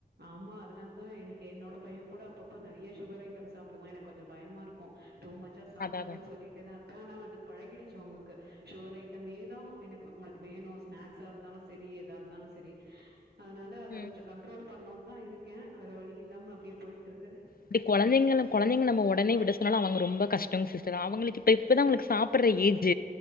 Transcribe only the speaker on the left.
அதா அதா
ம்
இப்டி கொழந்தைங்கள கொழந்தைங்க நம்ம ஒடனே விட சொன்னாலு அவங்க ரொம்ப கஷ்டோங் சிஸ்டர் அவங்களுக்கு இப்ப இப்பதா அவங்களுக்ஸ் சாப்ட்ற ஏஜ்